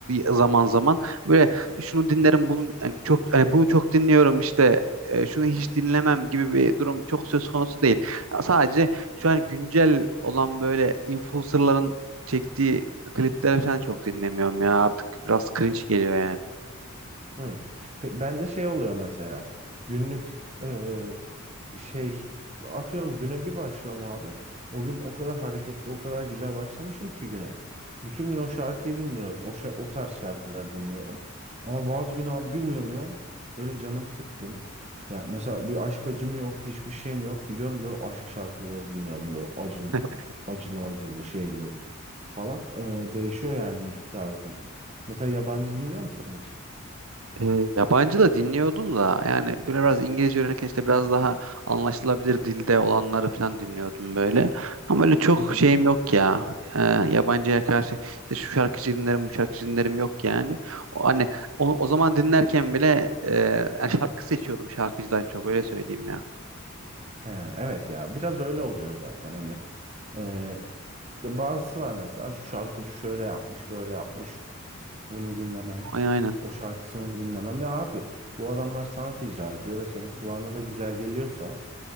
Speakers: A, on the right (about 75°); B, on the right (about 30°).
A: zaman zaman. Böyle şunu dinlerim bunu yani çok yani bunu çok dinliyorum işte e, şunu hiç dinlemem gibi bir durum çok söz konusu değil. Sadece şu an güncel olan böyle influencerların çektiği klipleri falan çok dinlemiyorum ya artık biraz cringe geliyor yani.
B: Hı. Pe- Ben de şey oluyor mesela günlük eee, şey atıyorum güne bir başlıyorum abi. O gün o kadar hareketli o kadar güzel başlamışım ki güne. Bütün gün o şarkıyı dinliyorum. O, şa- o tarz şarkıları dinliyorum. Ama bazı gün abi bir uyanıyorum böyle canım sıkkın. Ya mesela bir aşk acım yok hiçbir şeyim yok. Gidiyorum böyle aşk şarkıları dinliyorum böyle acım
A: <laughs>
B: acılı acılı şeyli falan. Eee, değişiyor yani müzik tarzım. Mesela yabancı dinliyor musun hiç?
A: E, yabancı da dinliyordum da yani böyle biraz İngilizce öğrenirken işte biraz daha anlaşılabilir dilde olanları falan dinliyordum böyle. Ama öyle çok
B: Hı hı.
A: şeyim yok ya. E, yabancıya karşı işte şu şarkıcı dinlerim bu şarkıcı dinlerim yok yani. O, hani o, o zaman dinlerken bile e, yani şarkı seçiyordum şarkıcıdan çok öyle söyleyeyim ya.
B: Ee, Evet ya biraz öyle oluyor zaten hani Ee, bazısı var mesela şu şarkıcı şöyle yapmış böyle yapmış bunu dinlemem
A: Aynen aynen.
B: o şarkısını dinlemem ya abi bu adamlar sanat icra ediyor ve senin kulağına da güzel geliyorsa